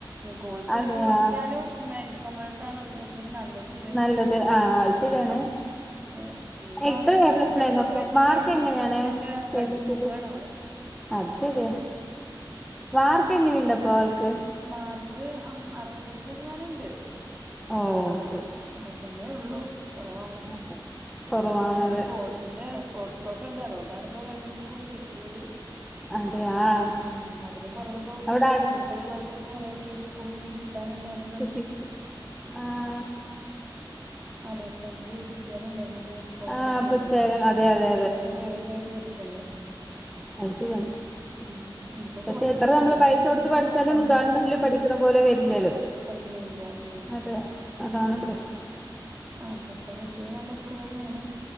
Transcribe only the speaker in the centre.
അതെയാ
നല്ലത് ആഹ് അത് ശരിയാണ്
ഏത്ര
എ പ്ലസ് ഉണ്ടായിരുന്നപ്പോ
മാർക്ക്
എങ്ങനെയാണ്
ടെൻത്തില്
അത് ശരിയാ മാർക്ക് എങ്ങനെയുണ്ടപ്പൊ ആൾക്ക്
ഓഹ് ശരി
അതെ കുറവാണത്
അതെ ആഹ്
അവിടെ അടുത്ത്
കിട്ടിക്ക് ആഹ്
ആഹ്
അപ്പൊ ചേരാൻ അതെ അതെ
അഹ് ശരിയാണ്
പക്ഷെ
എത്ര നമ്മള്
പൈസ
കൊടുത്ത് പഠിച്ചാലും
ഗവൺമെന്റിൽ
പഠിക്കുന്ന പോലെ വരില്ലല്ലോ
അതെ അതാണ് പ്രശ്നം